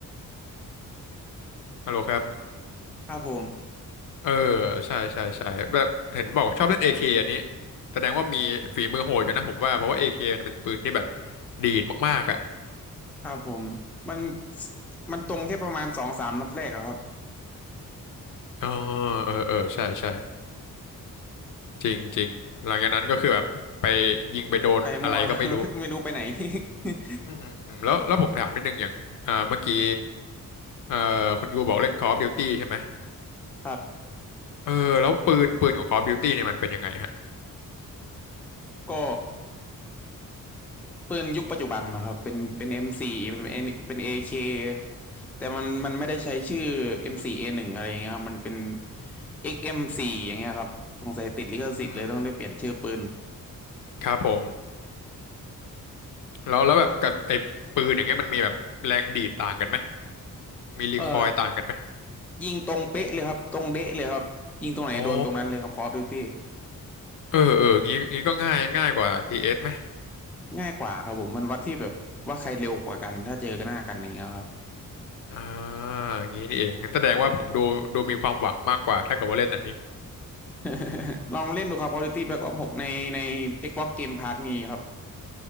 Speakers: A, on the left; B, in the centre.
A: ฮัลโหลครับ
B: ครับผม
A: เออใช่ใช่ใช่แบบเห็นบอกว่าชอบเล่นเอเคอันนี้แสดงว่ามีฝีมือโหดอยู่นะผมว่าเพราะว่าเอเคมันเป็นปืนที่แบบดีดมากๆอ่ะ
B: ครับผมมันมันตรงแค่ประมาณสองสามนัดแรกอะครับ
A: อ๋อเออเออใช่ใช่จริงจริงหลังจากนั้นก็คือแบบไปยิงไปโดนอะไรก็ไม่รู้
B: ไปมั่ว <laughs> ไม่รู้ไปไหน <laughs>
A: อืมอืมแล้วแล้วผมถามนิดนึงอย่างอ่าเมื่อกี้เอ่อคุณยูบอกเล่น Call of Duty ใช่ไหม
B: ครับ
A: เออแล้วปืนปืนของ Call of Duty เนี่ยมันเป็นยังไงฮะ
B: ก็ปืนยุคปัจจุบันนะครับเป็นเป็น M4 เป็น N เป็น AK แต่มันมันไม่ได้ใช้ชื่อ M4A1 อมโฟร์เอหนึ่งอะไรอย่างเงี้ยครับมันเป็น XM4 อกซ์เอ็มโฟร์อย่างเงี้ยครับสงสัยติดลิขสิทธิ์เลยต้องได้เปลี่ยนชื่อปืน
A: อืมครับผม แล้วแล้วแบบกับไอ้ปืนอย่างเงี้ยมันมีแบบแรงดีดต่างกันไหมมีรีคอยต่างกันไหม
B: เอ่อยิงตรงเป๊ะเลยครับตรงเด๊ะเลยครับยิงตรงไหนโดนตรงนั้นเลยครับ
A: อ๋อ
B: Call of Duty
A: เออเอองี้งี้ก็ง่ายง่ายกว่า CS ไหม
B: ง่ายกว่าครับผมมันวัดที่แบบว่าใครเร็วกว่ากันถ้าเจอกันหน้ากันอย่างเงี้ยครับ
A: อ่างี้นี่เองงั้นแสดงว่าผมดูดูมีความหวังมากกว่าถ้าเกิดว่าเล่นอันนี้
B: <laughs> ลองเล่นดูครับ Quality Black Ops 6ในใน Xbox Game Pass มีครับ